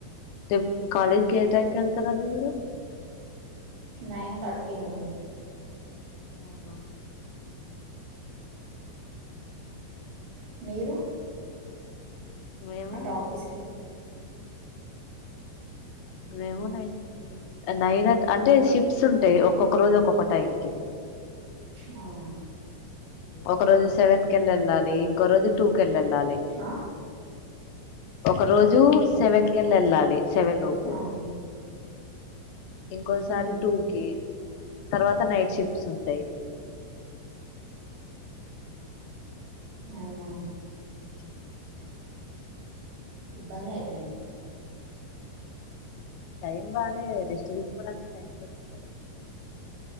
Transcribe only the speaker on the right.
నైన్ థర్టీ అండి
మీరు
అంటే ఆఫీస్ కి
అవునా
ఆ
అవును
ఉమ్
అవునా
ఇబ్బంది అయితే మీకు